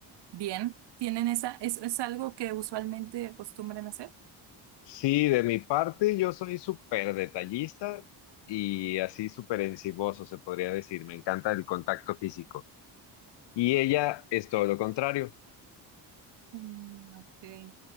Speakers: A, on the right; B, on the left.
A: bien. ¿Tienen esa, es, es algo que usualmente acostumbran hacer?
B: Sí, de mi parte, yo soy súper detallista y así súper enciboso, se podría decir. Me encanta el contacto físico. Y ella es todo lo contrario.
A: Mm, ok.